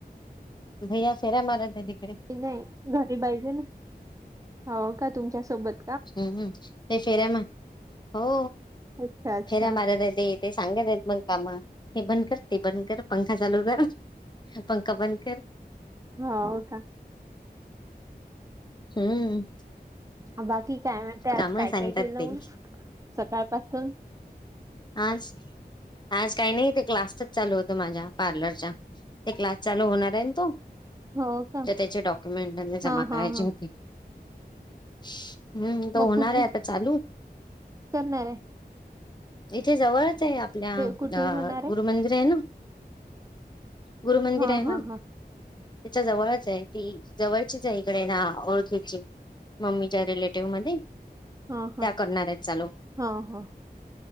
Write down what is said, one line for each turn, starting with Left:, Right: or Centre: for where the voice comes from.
Left: भैया फेऱ्या मारत ए तिक
Right: <unintelligible> घरी पाहिजे ना, हाव का तुमच्या सोबत?
Left: हम्म हम्म, ते फेऱ्या मार... हो
Right: अच्छा अच्छा
Left: फेऱ्या मारत आहे ते ते सांगत आहेत मग काम, हे बंद कर, ते बंद कर, पंखा चालू कर हा पंखा बंद कर
Right: हा, हो का?
Left: हम्म
Right: बाकी काय म्हणते, आज
Left: काम
Right: काय
Left: सांगतात
Right: काय केलं
Left: ते
Right: मग सकाळपासून
Left: आज... आज काही नाही ते क्लासचं चालू होतं... माझ्या पार्लरच्या, ते क्लास चालू होणाराय ना तो
Right: हो का
Left: तर त्याचे डॉक्युमेंट जमा
Right: हा
Left: करायची
Right: हा हा
Left: होती हम्म... तो
Right: मग
Left: होणार
Right: कुठे
Left: ए आता चालू,
Right: करणार ये
Left: इथे जवळच ए आपल्या...
Right: कुठे
Left: अ
Right: होणार आहे?
Left: गुरुमंदिर हेना? गुरुमंदिर
Right: हा
Left: है ना?
Right: हा हा
Left: त्याच्या जवळच ए, ती जवळचीच हाय इकडे ना ओळखीची मम्मीच्या रिलेटिव्ह मध्ये
Right: हा हा
Left: त्या करणारेत चालू
Right: हा हा.